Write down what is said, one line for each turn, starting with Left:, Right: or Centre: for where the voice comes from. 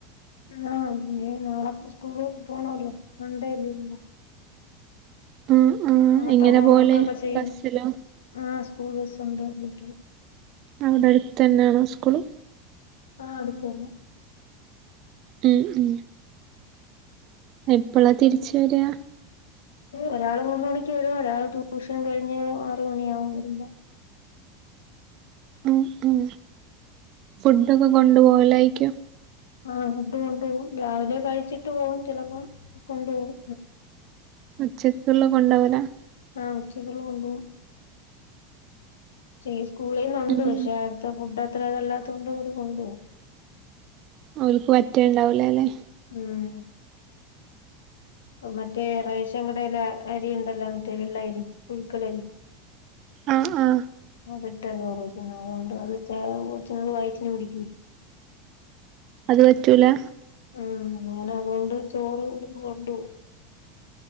Left: ഉം ഊ ഇനി നാളെകേ സ്കൂളിൽ പോണല്ലോ സൻഡേ ലീവാ
Right: ഉം ഉം
Left: ആ നത്തെ
Right: എങ്ങനെ
Left: ഹോംവർക്കക്കെ
Right: പോവല്
Left: ചെയ്യുന്ന്
Right: ബസ്സിലോ
Left: ഉം മൂന്നിസണ്ട് പറഞ്ഞിട്ട്
Right: അവിടെട് തന്നെണോ സ്കൂള്
Left: ആഹ് അടുത്ത് തന്നെ
Right: ഉം ഉം എപ്പളാ
Left: തന്നെ
Right: തിരിച് വരാ
Left: ഒരാള് മൂന്ന് മണിക് വരും ഒരാള് ടൂഷൻ കയിഞ്ഞ് ആറ് മണിയാവും വരുമ്പം
Right: ഉം ഉം ഫുഡൊക്കെ കൊണ്ട് പോവലായിരിക്കു
Left: ആ ഫുഡ്‌ കൊണ്ടോവും രാവിലെ കഴിച്ചിട്ട് പോവും ചെലപ്പം കൊണ്ടോവും..
Right: ഉച്ചക്ക്ള്ള കൊണ്ടോവലാ
Left: ആ ഉച്ചക്ക്ള്ള കൊണ്ടോവും ഷണം സ്കൂളില് ഉണ്ട്.
Right: ഉം
Left: പക്ഷേ. അവിടത്തെ ഫുഡ്‌ അത്ര ഇതില്ലതത്തോണ്ട് കൊണ്ടോവും
Right: ഓല്ക് പറ്റേണ്ടാവില്ലല്ലേ
Left: ഉം അഹ് മറ്റേ റേഷൻ കടയിലെ അറിയിൻടാല്ലോ മറ്റേ വെള്ളയരി പുഴുകലരി
Right: ആ ആ
Left: അതിട്ടാ ചോറ് വെക്കുന്നത് അത് കൊണ്ട് ചെ വയറ്റിന് പിടിക്കൂല
Right: അത് പറ്റൂലാ
Left: ഉം ഓന് അതോണ്ട് ചോറ് ഇവിടുന്ന് കൊണ്ടോവും